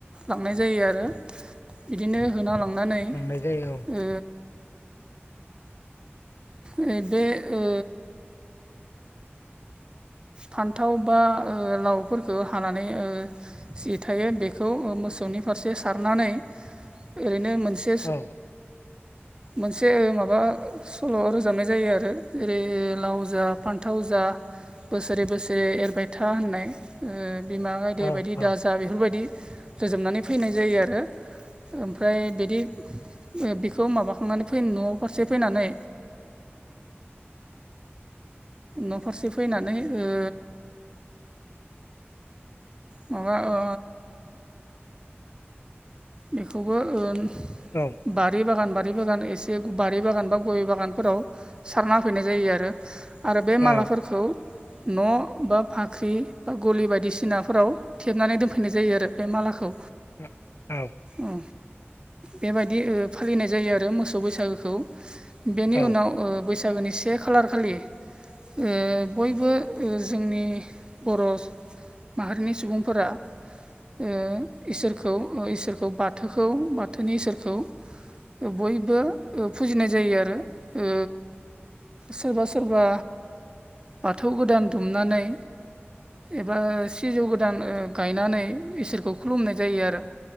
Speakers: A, on the right (about 20°); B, on the left (about 70°).
A: लांनाय जायो आरो। इदिनो होना लांनानै
B: लांनाय जायो
A: ओ नै बे ओ फान्थाव बा ओ लावफोरखौ हानानै ओ जि थायो बेखौ मोसौनि ओ फारसे सारनानै ओरैनो मोन से
B: औ
A: मोनसे ओ माबा सल' रोजाबनाय जायो आरो जेरै लाव ओ जा फान्थाव जा बोसोरे बोसोरे एरबाय था होननाय ओ बिमा गायदे
B: औ
A: बायदि
B: औ
A: दाजा बेफोरबायदि रोजोबनानै फैनाय जायो आरो ओमफ्राय बिदि बेखौ माबाखांनानै फैना न' फारसे फैनानै न' फारसे फैनानै ओ माबा ओ बेखौबो ओन
B: औ
A: बारि बागान बारि बागान एसे बारि बागान बा गय बागानफोराव सारना होफैनाय जायो आरो। आरो बे मालाफोरखौ
B: औ
A: न' बा फाख्रि बा गलि बायदिसिनाफोराव थेबनानै दोनफैनाय जायो आरो बे मालाखौ।
B: ओ औ
A: औ बेबायदि ओ फालिनाय जायो आरो मोसौ बैसागोखौ। बेनि
B: औ
A: उनाव ओ बैसागोनि से खालार खालि ओ बय बो जोंनि बर' माहारिनि सुबुंफोरा ओ इसोरखौ ओ इसोरखौ बाथोखौ बाथोनि इसोरखौ ओ बयबो ओ फुजिनाय जायो आरो ओ सोरबा सोरबा बाथौ गोदान दुमनानै एबा सिजौ गोदान ओ गायनानै इसोरखौ खुलुमनाय जायो आरो